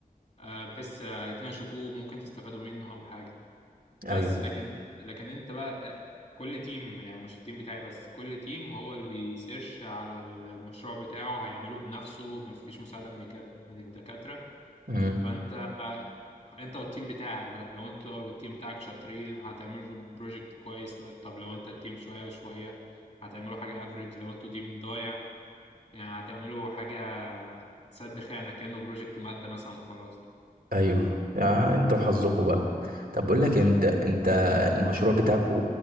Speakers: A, on the left (about 45°); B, on the right (about 70°).
A: آه، بحيث آه، قالت لنا شوفوه ممكن تستفادوا منه أو حاجة بس
B: ايوه
A: لكن لكن انت بقى إح- كل تيم يعني مش التيم بتاعي بس كل تيم هو اللي بيسيرش على المشروع بتاعه هيعمله بنفسه مفيش مساعدة من الجد من الدكاترة
B: مم.
A: فانت انت والتيم بتاعك بقى لو انت والتيم بتاعك شاطرين هتعملوا بروجكت كويس لا- طب لو انت التيم شوية وشوية هتعملوا حاجة افريج لو انتوا تيم ضايع يعني هتعملوا حاجة سد خانة كأنه بروجكت مادة مثلا خلاص
B: ايوه يا انت وحظكوا بقى طب بقول
A: بالظبط.
B: لك إيه، انت انت المشروع بتاعك